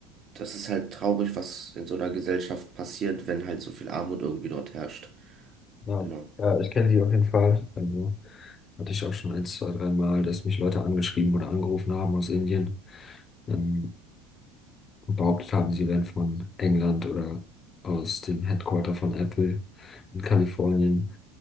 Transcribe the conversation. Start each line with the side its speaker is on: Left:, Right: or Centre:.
Right: das ist halt traurig, was in so einer Gesellschaft passiert, wenn halt so viel Armut irgendwie dort herrscht.
Left: Ja,
Right: Genau.
Left: ja, ich kenne die auf jeden Fall. Also, hatte ich auch schon ein, zwei, drei Mal, dass mich Leute angeschrieben oder angerufen haben aus Indien ähm, und behauptet haben, sie wären von England oder aus dem Headquarter von Apple in Kalifornien